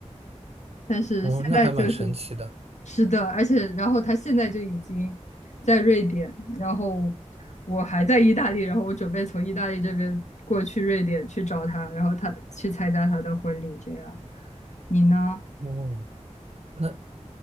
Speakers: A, on the left; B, on the right.
A: 但是现在就嗯是，
B: 哦，那还蛮神奇的。
A: 是的，而且然后他现在就已经在瑞典，然后我还在意大利，然后我准备从意大利这边过去瑞典去找他，然后他去参加他的婚礼，这样。你呢？
B: 哦，那